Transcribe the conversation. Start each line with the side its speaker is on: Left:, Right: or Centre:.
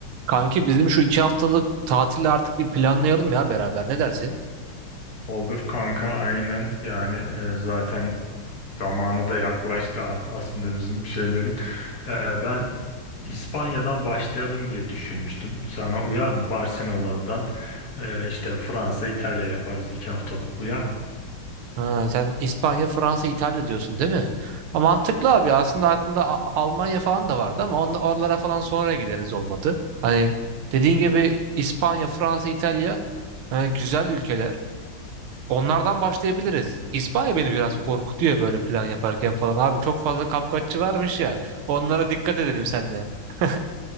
Right: Kanki bizim şu iki haftalık tatili artık bir planlayalım ya beraber. Ne dersin?
Left: Olur kanka aynen yani e, zaten zamanı da yaklaştı artık aslında bizim şeylerin. E, ben İspanya'dan başlayalım diye düşünmüştüm. Sana uyar mı? Barcelona'dan e, işte Fransa, İtalya yaparız iki haftalık uyar mı?
Right: Ha, sen İspanya, Fransa, İtalya diyorsun değil mi? Ha, mantıklı abi. Aslında aklımda A- Almanya falan da vardı ama onda, oralara falan sonra gideriz olmadı. Hani dediğin gibi İspanya, Fransa, İtalya e, güzel ülkeler. Onlardan başlayabiliriz. İspanya beni biraz korkutuyor böyle plan yaparken falan. Abi çok fazla kapkaççı varmış ya. Onlara dikkat edelim senle. <laughs>